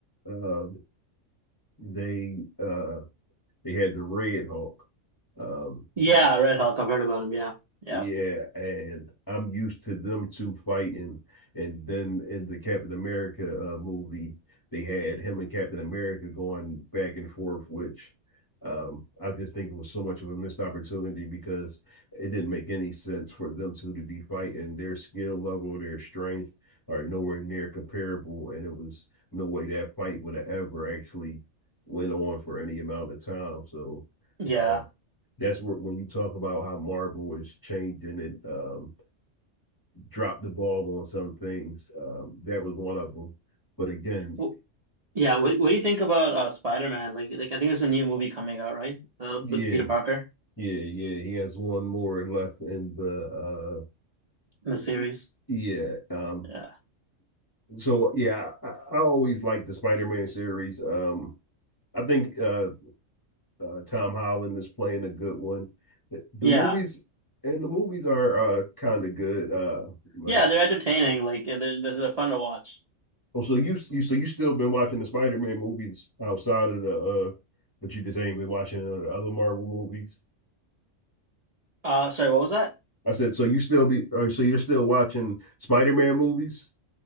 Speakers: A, on the left; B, on the right.
A: uh they uh they had the Red Hawk. Um,
B: Yeah, Red Hulk, I've heard about him. Yeah. Yeah.
A: yeah, and I'm used to them two fighting. And then in the Captain America uh, movie, they had him and Captain America going back and forth, which um, I just think it was so much of a missed opportunity because it didn't make any sense for them two to be fighting. Their skill level, their strength are nowhere near comparable, and it was no way that fight would have ever actually went on for any amount of time. So
B: Yeah.
A: uh, that's where when you talk about how Marvel is changing and um, dropped the ball on some things. Um, that was one of them. But again,
B: W yeah, what what do you think about uh Spider-Man? Like like I think there's a new movie coming out, right? Uh,
A: yeah,
B: with Peter Parker.
A: yeah, yeah. He has one more left in the.
B: in the series.
A: Uh, yeah. Um,
B: Yeah,
A: so yeah, I, I always like the Spider-Man series. Um, I think uh, uh, Tom Holland is playing a good one. The
B: yeah,
A: movies and the movies are uh, kind of good. Uh, like
B: yeah. They're entertaining. Like they're they're, they're fun to watch.
A: Oh, so you you so you still been watching the Spider Man movies outside of the uh, but you just ain't been watching the other Marvel movies.
B: Uh, sorry, what was that?
A: I said, so you still be, or so you're still watching Spider Man movies?